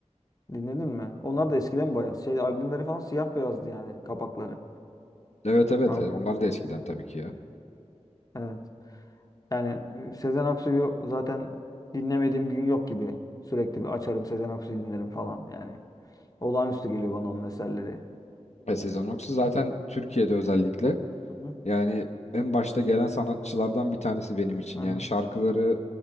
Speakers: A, on the left; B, on the left.
A: Dinledin mi? Onlar da eskiden bayağı. Şey albümleri falan siyah beyazdı yani kapakları.
B: Evet evet
A: Abi.
B: e, onlar da eskiden tabii ki ya.
A: Evet. Yani e, Sezen Aksu'yu zaten dinlemediğim gün yok gibi. Sürekli bir açarım Sezen Aksu'yu dinlerim falan yani. Olağanüstü geliyor bana onun eserleri.
B: Ve Sezen Aksu zaten Türkiye'de özellikle
A: Hı hı.
B: yani en başta gelen sanatçılardan bir tanesi benim için.
A: Hı
B: Yani
A: hı.
B: şarkıları,